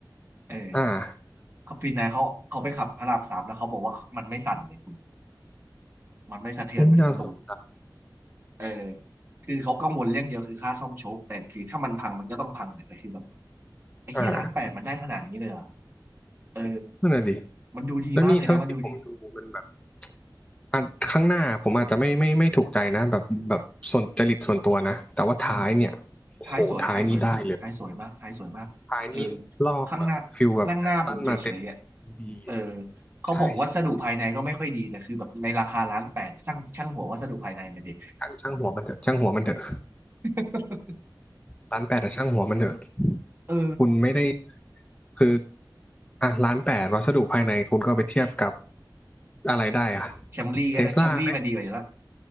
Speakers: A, on the right (about 30°); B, on the left (about 15°).
A: เออ
B: อ่า
A: เขาสปินนายเขาเขาไปขับพระรามสามแล้วเขาบอกว่ามันไม่สั่นเลยคุณมันไม่สะเทือนไปถึงตูด
B: อุ้ยน่าสน
A: เออคือเขากังวลเรื่องเดียวคือค่าซ่อมโชคแต่คือถ้ามันพังมันก็ต้องพังเนี่ยแต่คือแบบไอ้เหี้ยล้านแปดมันได้ขนาดนี้เลยเหรอ
B: อ่า
A: เออ
B: นั่นแหะดิ
A: มันดูดีมากเลยนะมันดูดี
B: แล้วนี่เท่าที่ผมดูมันแบบอ่ะข้างหน้าผมอาจจะไม่ไม่ไม่ถูกใจนะแบบแบบส่วนจริตส่วนตัวนะแต่ว่าท้ายเนี่ยโอ้โหท้ายนี่ได้เลย
A: อืม ท้ายสวยท้ายสวยมากท้ายสวยมากท้ายสวยมากเออ
B: ท้ายนี่ลอกแบบฟิลแบบแอสตันมาเต็น
A: ข้างหน้าข้างหน้าผมเฉยๆอ่ะ
B: ดี
A: เออเขาบอกวัสดุภายในก็ไม่ค่อยดีแต่คือแบบในราคาล้านแปดช่างช่างหัววัสดุภายในมันดิ
B: ใช่ช่างช่างหัวมันเถอะช่างหัวมันเถอะ
A: <laughs>
B: ร้านแปดแต่ช่างหัวมันเถอะ
A: เออ
B: คุณไม่ได้ คืออ่ะร้านแปดวัสดุภายในคุณก็เอาไปเทียบกับอะไรได้อ่ะ
A: แคมรี่ก็ได้แคมรี่มันดีกว่าอยู่ละ
B: เทสลาไหม